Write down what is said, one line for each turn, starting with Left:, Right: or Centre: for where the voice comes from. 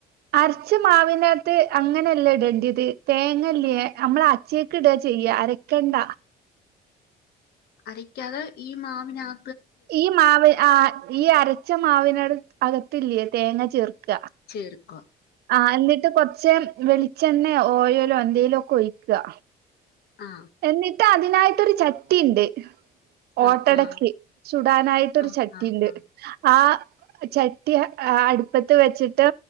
Right: അരച്ച മാവിനകത്ത് അങ്ങനെയല്ല ഇടേണ്ടിയത് തേങ്ങല്ലേ നമ്മൾ അച്ചെയ്ക്ക് ഇടാ ചെയ്യ അര കണ്ട
Left: അരക്യാതെ ഈ മാവിനക
Right: ഈ മാവ് ആ ഈ അരച്ച മാവിനട് അകത്തില്ലേ തേങ്ങ ചേർക്ക
Left: ചേർക്ക
Right: ആ ന്നിട്ട് കൊറ്ച്ച് വെളിച്ചെണ്ണെ ഓയ്ലോ എന്തേലും ഒക്കെ ഒഴിക്ക
Left: ആ
Right: എന്നിട്ട് അതിനായിട്ടൊരു ചട്ടി ണ്ട്
Left: ആ
Right: ഓട്ടടെക്ക്
Left: ആ
Right: ചുടാനായിട്ടൊരു
Left: ആ
Right: ചട്ടി
Left: ആ
Right: ണ്ട്
Left: ആ
Right: ആ ചട്ടി അടുപ്പത്ത് അ വെച്ചിട്ട്